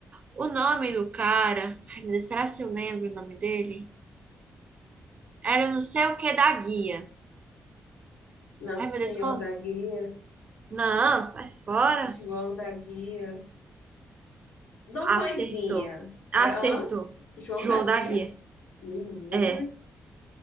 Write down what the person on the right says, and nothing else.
O nome do cara, ai meu Deus, será se eu lembro o nome dele? Era não sei o que da guia.
Ai meu
Deus, qual?
Não, sai fora.
Acertou.
Acertou.
João
da Guia.
É,